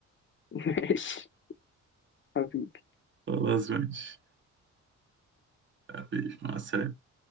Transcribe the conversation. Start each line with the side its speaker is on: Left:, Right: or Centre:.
Left: <laughs> ماشي حبيبي
Right: خلاص ماشي حبيبي، مع السلامة